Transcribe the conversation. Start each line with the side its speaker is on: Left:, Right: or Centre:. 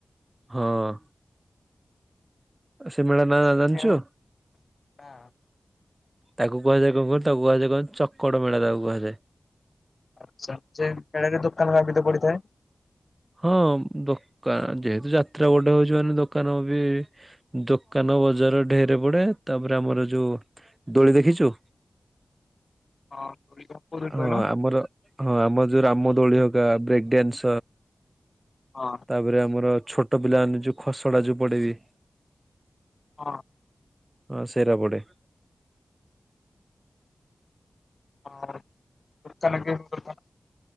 Right: ହଁ ସେଇ ମେଳା
Left: ମେଳାରେ
Right: ନା ଜାଣିଛୁ?
Left: କେଉଁ ନା
Right: ତାକୁ କୁହାଯାଏ କଣ କଣ ତାକୁ କୁହାଯାଏ କଣ ଚକଡ ମେଳା ତାକୁ କୁହାଯାଏ।
Left: ଆଚ୍ଛା ସେ <unintelligible> ଦୋକାନ <unintelligible> ପଡିଥାଏ
Right: ହଁ ଦୋକାନ ଯେହେତୁ ଯାତ୍ରା ଗୋଟେ ହଉଛି ମାନେ ଦୋକାନ ବି ଦୋକାନ ବଜାର ଢେର ପଡେ ତାପରେ ଆମର ଯୋଉ ଦୋଳି ଦେଖିଛୁ?
Left: ହଁ କୋଉଠି କହିଲ
Right: ହଁ ଆମର ହଁ ଆମର ଯୋଉ ରାମ ଦୋଳି ହକା ବ୍ରେକ୍ଡଡ଼ାନ୍ସ
Left: ହଁ
Right: ତାପରେ ଆମର ଛୋଟ ପିଲାମାନେ ଯୋଉ ଖସଡା ଯୋଉ ପଡେଇବି
Left: ହଁ
Right: ହଁ ସେରା ପଡେ।
Left: ହଁ <unintelligible>